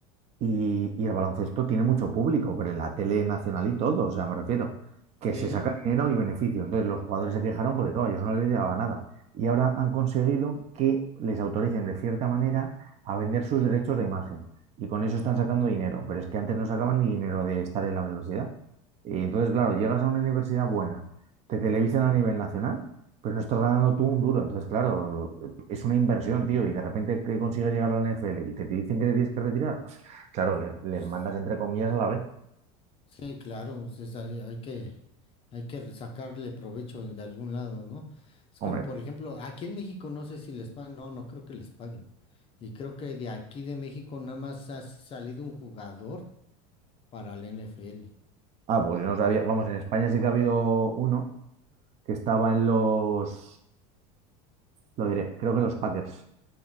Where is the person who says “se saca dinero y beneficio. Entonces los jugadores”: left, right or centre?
Right